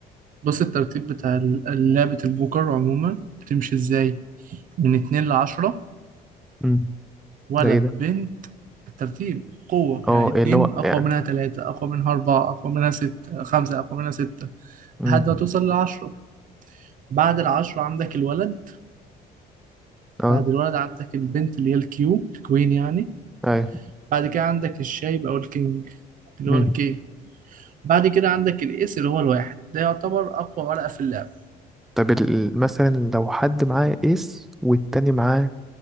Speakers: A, on the right; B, in the centre.
A: بص الترتيب بتاع ال- لعبة البوكر عموما بتمشي إزاي من اتنين لعشرة
B: امم
A: ولد
B: ده ايه ده
A: بنت الترتيب قوة
B: اه
A: يعني اتنين
B: إيه اللي هو
A: أقوى
B: يعني
A: منها تلاتة أقوى منها أربعة أقوى منها ستة خمسة أقوى منها ستة
B: امم
A: لحد ما توصل للعشرة بعد العشرة عندك الولد
B: اه
A: بعد الولد عندك البنت اللي هي الكيو الكوين يعني
B: ايوه
A: بعد كده عندك الشايب أو الكينج اللي هو
B: امم
A: الكي بعد كده عندك الإيس اللي هو الواحد ده يعتبر أقوى ورقة في اللعبة
B: طب ال... مثلا لو حد معاه ايس والتاني معاه